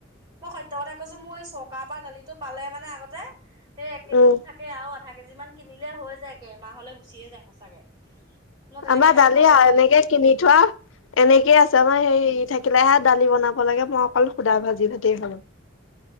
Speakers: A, on the right; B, on the left.
A: মই সত্য কথা কৈছো মই চকাৰৰ পৰা দালিটো পালে মানে আগতে সেই এক কেজিটো
B: উম,
A: থাকে আৰু। আধা কেজি মান কিনিলে হৈ যায় গে মাহলে গুচিয়ে যায় সঁচাকে। মই তেনেকে
B: আমাৰ দালি
A: নাখাও যে
B: আহ এনেকে কিনি থোৱা। এনেকেইে
A: উম,
B: আছে আমাৰ হে থাকিলে হে দালি বনাব লাগে মই অকল সুধা ভাজি ভাতেই খালো। <inaudible>